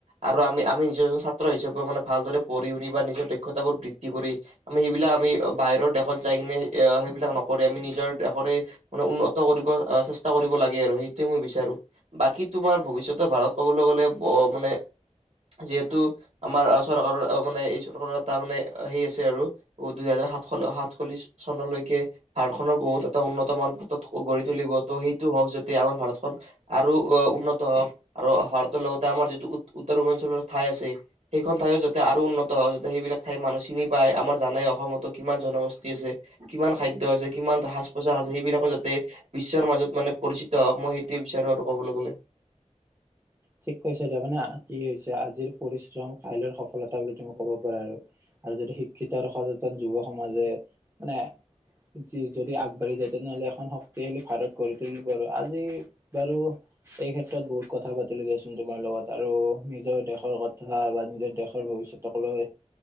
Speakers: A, on the right (about 60°); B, on the right (about 20°).
A: আৰু আমি আমি নিজৰ এ ছাত্ৰ হিচাপে মানে ভালদৰে পঢ়ি শুনি বা নিজৰ দক্ষতা বোৰ বৃদ্ধি কৰি আমি সেইবিলাক আমি বাহিৰৰ দেশত যাই কিনে বিলাক নকৰি আমি নিজৰ দেশৰে মানে উন্নত কৰিব আহ চেষ্টা কৰিব লাগে আৰু সেইটোয়ে মই বিচাৰো বাকী তোমাৰ ভৱিষতৰ ভাৰত কবলৈ গলে মানে যিহেতু আমাৰ চৰকাৰৰ মানে এই চৰকাৰৰ এটা মানে সেই আছে আৰু দুইহেজাৰ সাত সাতচল্লিশ চনলৈকে ভাৰত খনৰ বহুত এটা উন্নত মান পত গঢ়ি তুলিব ত' সেইটো হওক যাতে আমাৰ ভাৰতখন আৰু আহ উন্নত হওঁক আৰু ভাৰতৰ লগতে আমাৰ যিটো উত্তৰ পূৰ্বাঞ্চলৰ ঠাই আছে সেইখন ঠাইও যাতে আৰু উন্নত হওঁক যাতে সেইবিলাক ঠাই মানুহ চিনি পাই আমাৰ জানে অসমতো কিমান জনগোষ্ঠী আছে কিমান খাদ্য আছে কিমান সাজ পোছাক আছে সেইবিলাকো যাতে বিশ্বৰ মাজত মানে পৰিচিত হওক মই সেইটোৱে বিচাৰো আৰু ক'বলৈ গ'লে,
B: ঠিক কৈছে। এতিয়া মানে কি হৈছে আজিৰ পৰিশ্ৰম কাইলৈৰ সফলতা বুলি তুমি ক'ব পাৰা আৰু আৰু যদি শিক্ষিত আৰু সচেতন যুৱ সমাজে মানে যি যদি আগবাঢ়ি যায় তেনেহ'লে এখন শক্তিশালী ভাৰত গঢ়ি তুলিব আৰু আজি বাৰু এই ক্ষেত্ৰত বহুত কথা পাতি দিয়া চোন তোমাৰ লগত আৰু নিজৰ দেশৰ কথা বা নিজৰ দেশৰ ভৱিষ্যতক লৈ